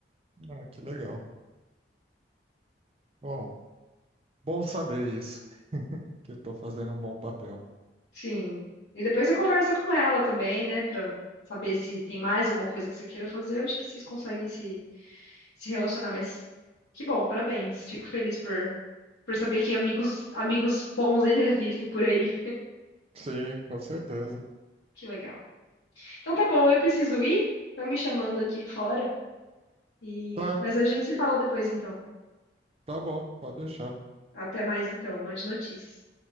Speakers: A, on the right; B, on the left.
A: Ah, que legal. Bom, bom saber isso, que eu tô fazendo um bom papel.
B: Sim. E depois você conversa com ela também, né, Pra saber se tem mais alguma coisa que você queira fazer. Eu acho que vocês conseguem se, se relacionar, mas que bom, parabéns. Fico feliz por, por saber que amigos, amigos bons ainda existem por aí.
A: Sim, com certeza.
B: Que legal. Então tá bom, eu preciso ir. Estão me chamando aqui fora. E...
A: Tá,
B: Mas a gente se fala depois, então.
A: tá bom, pode deixar.
B: Até mais, então. Uma de notícias.